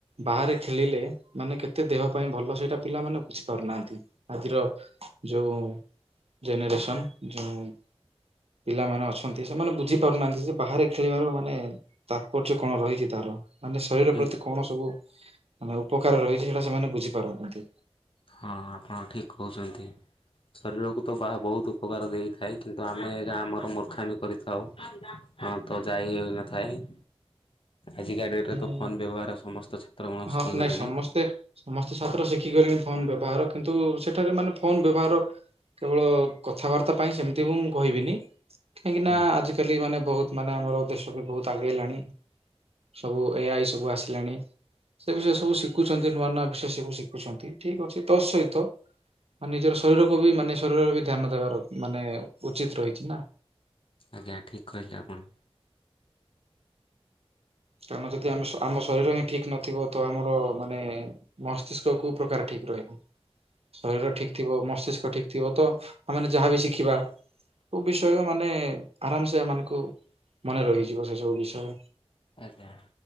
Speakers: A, on the right (about 75°); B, on the left (about 60°).
A: ବାହାରେ ଖେଳିଲେ ମାନେ କେତେ ଦେହ ପାଇଁ ଭଲ ସେଇଟା ପିଲାମାନେ ବୁଝି ପାରୁନାହାନ୍ତି। ଆଜିର ଯୋଉ ଜେନେରେସନ୍ ଯେଉଁ ପିଲାମାନେ ଅଛନ୍ତି, ସେମାନେ ବୁଝିପାରୁନାହାନ୍ତି ଯେ ବାହାରେ ଖେଳିବାର ମାନେ ତାତ୍ପର୍ଯ୍ୟ କଣ ରହିଛି ତାର ମାନେ ଶରୀର
B: ଠିକ୍
A: ପ୍ରତି କଣ ସବୁ ମାନେ ଉପକାର ରହିଛି ସେଟା ସେମାନେ ବୁଝିପାରୁନ୍ତି।
B: ହଁ ହଁ ଆପଣ ଠିକ୍ କହୁଛନ୍ତି। ଶରୀରକୁ ତ ବା ବହୁତ ଉପକାର ଦେଇଥାଏ କିନ୍ତୁ ଆମେ ଆମର ମୂର୍ଖାମି କରିଥାଉ। ହଁ ତ ଯାଇ ହେଉନଥାଏ। ଆଜିକା ଡେଟ୍ରେ
A: ମାନେ
B: ତ ଫୋନ୍ ବ୍ୟବହାର ସମସ୍ତ ଛାତ୍ରମାନଙ୍କୁ
A: ହଁ
B: ଶିଖିଗଲେଣି।
A: ନାଇଁ ସମସ୍ତେ ସମସ୍ତେ ଛାତ୍ର ଶିଖିଗଲେଣି ଫୋନ ବ୍ୟବହାର କିନ୍ତୁ ସେଠାରେ ମାନେ ଫୋନ ବ୍ୟବହାର କେବଳ କଥାବାର୍ତ୍ତା ପାଇଁ ସେମିତି ବି ମୁଁ କହିବିନି କାହିଁକି ନା
B: ହୁଁ
A: ଆଜିକାଲି ମାନେ ବହୁତ ମାନେ ଆମର ଦେଶ ବି ବହୁତ ଆଗେଇଲାଣି ସବୁ ଏଆଇ ସବୁ ଆସିଲାଣି ସେ ବିଷୟ ସବୁ ଶିଖୁ ଶିଖୁଛନ୍ତି ନୂଆ ନୂଆ ବିଷୟ ସବୁ ଶିଖୁଛନ୍ତି ଠିକ ଅଛି ତ ସହିତ ମାନ ନିଜର ଶରୀରକୁ ବି ମାନେ ଶରୀରର ବି ଧ୍ୟାନ ଦେବାର ମାନେ ଉଚିତ ରହିଛି ନା।
B: ଆଜ୍ଞା ଠିକ୍ କହିଲେ ଆପଣ।
A: ଆମ ଯଦି ଆମ ଆମ ଶରୀର ହିଁ ଠିକ ନଥିବ ତ ଆମର ମାନେ ମସ୍ତିଷ୍କ କୋଉ ପ୍ରକାର ଠିକ ରହିବ ଶରୀର ଠିକ ଥିବ ମସ୍ତିଷ୍କ ଠିକ ଥିବ ତ ଆମେ ଯାହାବି ଶିଖିବା ବିଷୟ ମାନେ ଆରାମ ସେ ଏମାନଙ୍କୁ ମନେ ରହିଯିବ ସେ ସବୁ ବିଷୟ।
B: ଆଜ୍ଞା